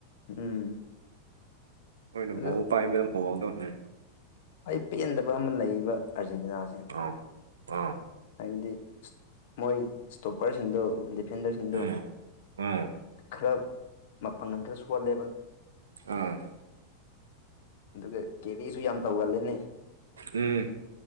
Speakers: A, on the left (about 50°); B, on the right (about 65°).
A: ꯎꯝ
B: ꯃꯣꯏꯅ
A: ꯑꯗꯨ
B: ꯕꯣꯜ ꯄꯥꯏꯕ ꯃꯑꯣꯡꯗꯣ ꯎꯝ
A: ꯑꯩ ꯄꯦꯟꯗꯕ ꯑꯃ ꯂꯩꯌꯦꯕ ꯑꯥꯔꯖꯦꯟꯇꯤꯅꯥꯁꯦ
B: ꯑꯥ ꯑꯥ
A: ꯍꯥꯏꯕꯗꯤ ꯃꯣꯏ ꯏꯁꯇꯣꯞꯄꯔꯁꯤꯡꯗꯣ ꯗꯤꯐꯦꯟꯗꯔꯁꯤꯡꯗꯣ
B: ꯎꯝ ꯎꯝ
A: ꯈꯔ ꯃꯄꯪꯒꯜ ꯈꯔ ꯁꯣꯜꯂꯦꯕ
B: ꯎꯝ
A: ꯑꯗꯨꯒ ꯀꯦꯔꯤꯁꯨ ꯌꯥꯝ ꯇꯧꯒꯜꯂꯦꯅꯦ
B: ꯎꯝ